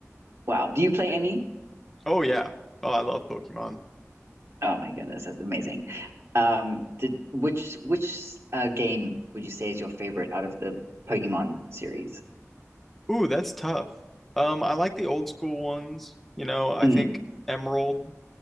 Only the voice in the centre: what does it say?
Oh yeah. Oh, I love Pokemon.
Ooh, that's tough. Um, I like the old school ones. You know, I
think Emerald